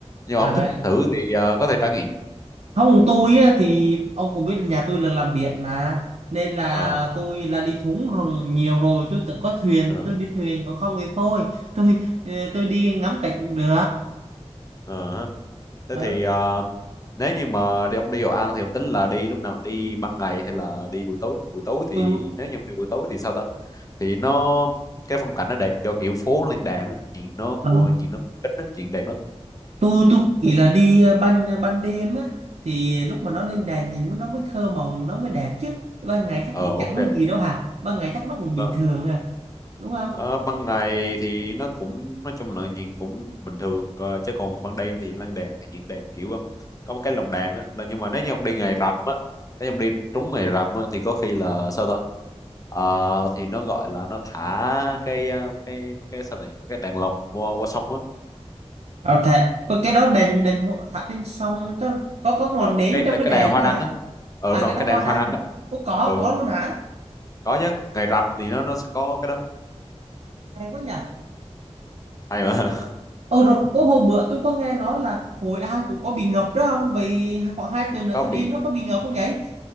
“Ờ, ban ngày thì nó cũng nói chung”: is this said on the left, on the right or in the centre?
Left